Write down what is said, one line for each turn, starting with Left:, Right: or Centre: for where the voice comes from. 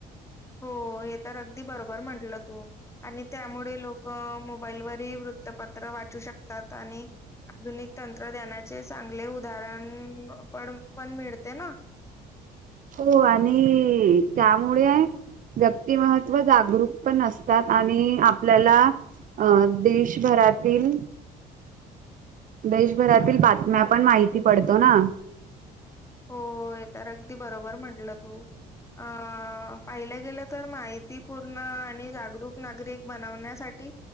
Left: हो... हे तर अगदी बरोबर म्हटलं तू. आणि त्यामुळे लोकं... मोबाईलवरही वृत्तपत्र वाचू शकतात आणि आधुनिक तंत्रज्ञानाचे चांगले उदाहरण पड... पण मिळते ना? <inaudible>
Right: हो आणि त्यामुळे व्यक्तिमहत्व जागरूक पण असतात आणि आपल्याला अ देशभरातील देशभरातील बातम्या पण माहिती पडतो ना?
Left: हो... हे तर अगदी बरोबर म्हंटलं तू. अ... पाहिलं गेलं... तर माहितीपूर्ण आणि जागृ क नागरिक बनवण्यासाठी